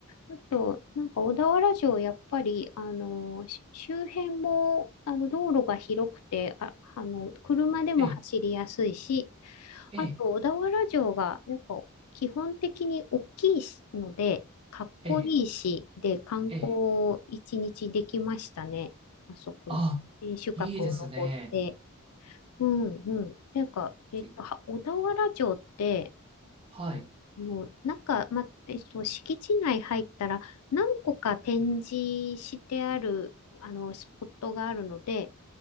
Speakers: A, on the left; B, on the right.
A: あと、なんか小田原城、やっぱり、あの、し周辺も、あの、道路が広くて、あ、あの、車でも走りやすいし、
B: ええ、ええ、
A: あと、小田原城が、やっぱ、基本的に大きいしので、かっこいいし、
B: ええ、
A: で、観光一日できましたね。
B: ええ。
A: あそこに。
B: あ、
A: 天守閣を登って。
B: いいですね。
A: うんうん。なんか、えっと、
B: け、
A: は小田原城って、
B: はい、
A: もう、なんか、ま、えっと、敷地内入ったら、何個か展示してある、あの、スポットがあるので、